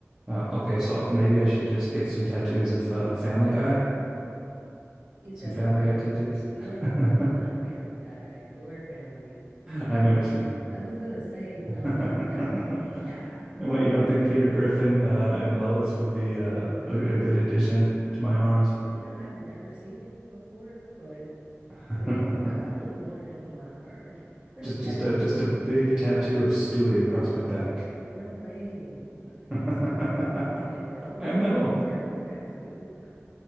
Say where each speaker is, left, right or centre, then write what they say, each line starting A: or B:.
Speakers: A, on the right; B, on the right.
A: Uh, okay, so maybe I should just get some tattoos of uh, Family Guy,
B: You said
A: some Family
B: of the family.
A: Guy tattoos.
B: No, no,
A: <laughs>
B: no, no, no, not Family Guy. Your family.
A: I know what you mean.
B: I was gonna say no,
A: <laughs>
B: not not Peter.
A: And what, you don't think Peter Griffin uh, and Lois would be uh, a, a good addition to my arms?
B: You know, I've never seen it before, but
A: <laughs>
B: I mean, I wouldn't want him on my arm. <laughs>
A: Just, just,
B: Eh,
A: a, just a big tattoo of Stewie across my back.
B: No way. He
A: <laughs>
B: has like a football head. That would
A: I
B: be
A: know.
B: like a terrible tattoo.